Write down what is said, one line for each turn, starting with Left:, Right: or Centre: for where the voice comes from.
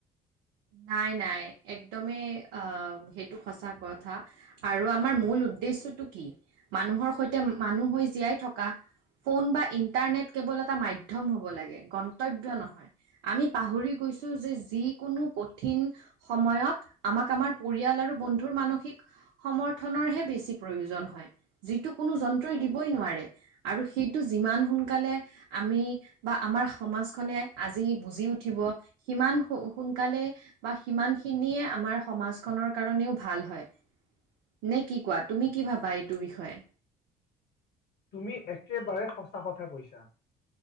Right: <unintelligible> নাই নাই একদমেই অ সেইটো সঁচা কথা আৰু আমাৰ মূল। উদ্দেশ্যটো কি মানুহৰ সৈতে মানুহ হৈ জীয়াই থকা। ফোন বা ইন্টাৰনেট কেৱল এটা মাধ্যম হ'ব লাগে গন্তব্য নহয় আমি পাহৰি গ। কৈছো যে যিকোনো। কঠিন সময়ত আমাক আমাৰ পৰিয়াল আৰু বন্ধুৰ মানসিক সমৰ্থনৰ হে। বেছি প্ৰয়োজন হয় যিটো কোনো যন্ত্ৰই দিবই নোৱাৰে আৰু সেইটো যিমান সোনকালে। আমি বা আমাৰ সমাজখনে আজি বুজি উঠিব সিমান স সোনকালে। বা সিমান খিনিয়ে আমাৰ সমাজখনৰ কাৰণেও ভাল হয়। নে কি কোৱা তুমি কি ভাবা এইটো বিষয়ে?
Left: তুমি একেবাৰে সঁচা কথা কৈছা।